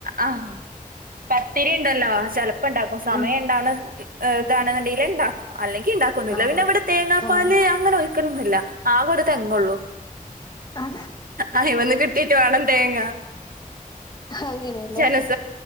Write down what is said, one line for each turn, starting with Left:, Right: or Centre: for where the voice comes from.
Right: ആഹ് പത്തിരി ഇണ്ടല്ലോ ചെലപ്പം ഇണ്ടാക്കും സമയം
Left: ഉം
Right: ഇണ്ടാവണ ഏഹ് <unintelligible> ഇണ്ടാക്കും അല്ലെങ്കി ഇണ്ടാക്കൊന്നുല്ല
Left: ആഹ്
Right: പിന്നെ ഇവിടെ തേങ്ങാപ്പാല്
Left: ആഹ്
Right: അങ്ങനെ ഒയ്ക്കലൊന്നുല്ല ആകെ ഒരു തെങ്ങൊള്ളു
Left: ആ
Right: അയ്മ്മന്ന് കിട്ടിട്ട് വേണം തേങ്ങ
Left: അങ്ങനെയല്ലേ
Right: ജനസ